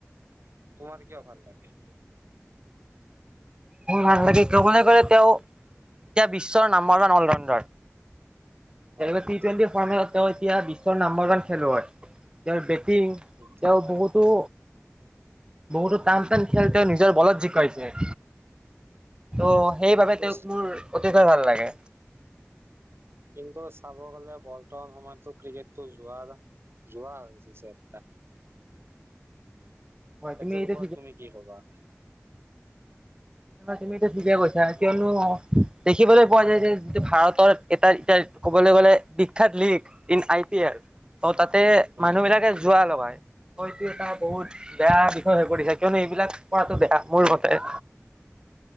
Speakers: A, on the right; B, on the right.
A: তোমাৰ কিয় ভাল লাগে
B: ম ভাল ল কি ক কনোই ক তেওঁ এতিয়া বিশ্বৰ নামৰ অল ৰাউণ্ড
A: হয়
B: তেনে টি
A: সেইটো
B: টুৱেণ্টি ফৰ্মেলত তেওঁ এতিয়া বিশ্বৰ নাম্বৰজন খেলুৱৈ ইয়াৰ বক্ত টিং
A: নিশ্চয়
B: তেওঁ বহুতো বহুতো টান টান খেল তেওঁ নিজৰ বলত জিকাইছে ত' সেইবাবে
A: কিন্তু
B: তেওঁক মোৰ অতিকয় ভাল লাগে
A: কিন্তু চাব গ'লে বল্ত সময়তো ক্ৰিকেটটো যোৱাৰ যোৱা হৈছে চ
B: হয় তুমি
A: এছৰপৰত
B: এইটো
A: তুমি কি কবা
B: ন তুমি ত যগাই পৈছা তেওঁ ন দেখিবলৈ পোৱা যায় যে যিটো ভাৰত এটা ক'বলৈ গ'লে বিখ্যাত league in I P L অ তাতে
A: উম
B: মানুহ বিিলাকে যোৱা লগাই এইটো এটা বহুত বেয়া বিষয়ে কৰি থাকে কিয়নো এইবিলাক কৰাটো বেয়া মোৰ মতে